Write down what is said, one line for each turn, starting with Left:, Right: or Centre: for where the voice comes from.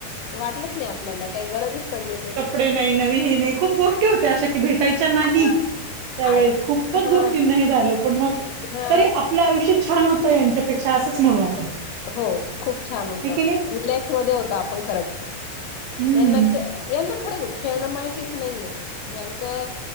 Left: वाटलंच आपल्याला काही गरजच पडली नाही
Right: ते नाही नवीन हे नाही खूप गोष्टी होत्या अशा की भेटायच्या नाही
Left: हा
Right: त्यावेळेस
Left: आज
Right: खूपच
Left: हा
Right: गोष्टींना हे झालं पण मग
Left: हा
Right: तरी आपलं आयुष्य छान होत त यांच्यापेक्षा असंच म्हणू आपण
Left: हो खूप छान होत
Right: हे की नाही
Left: रिलॅक्स मध्ये होत. आपण खरंच
Right: हम्म
Left: यांना यांना खरंच खेळणं माहितीच नाहीये यांचं